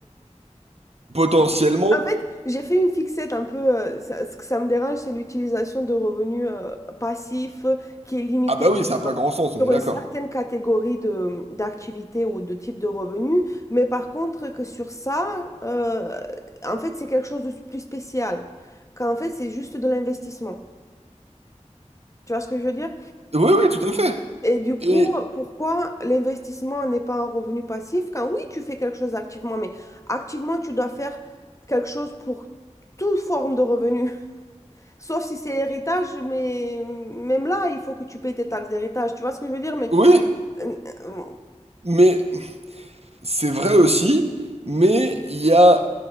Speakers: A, on the right (about 55°); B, on the left (about 25°).
A: potentiellement,
B: En fait, j'ai fait une fixette un peu. euh, ça- ce que ça me dérange, c'est l'utilisation de revenus euh, passifs euh, qui est limitée
A: ah bah oui,
B: sur,
A: ça n'a pas
B: euh,
A: grand sens, on
B: sur
A: est d'accord.
B: une certaine catégorie de, d'activités ou de type de revenus. Mais par contre, que sur ça, euh, en fait, c'est quelque chose de plus spécial. Qu'en fait, c'est juste de l'investissement. Tu vois ce que je veux dire?
A: Oui, oui, tout à fait.
B: Et du coup,
A: Et
B: pourquoi l'investissement n'est pas un revenu passif? Quand oui, tu fais quelque chose activement, mais activement, tu dois faire quelque chose pour toute forme de revenu. <laughs> Sauf si c'est héritage, mais même là, il faut que tu payes tes taxes d'héritage. Tu vois ce que je veux dire? Mais
A: oui,
B: euh, euh,
A: mais c'est vrai aussi, mais il y a